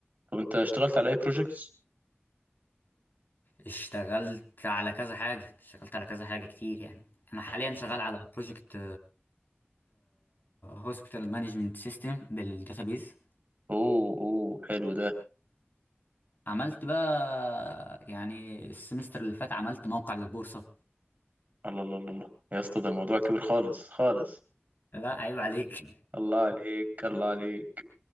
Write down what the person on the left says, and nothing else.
اشتغلت على كذا حاجة اشتغلت على كذا حاجة كتير يعني أنا حاليا شغال على بروجكت هوسبيتال مانجمنت سيستم بالداتابيز
عملت بقى يعني السمستر اللي فات عملت موقع للبورصة
لا عيب عليك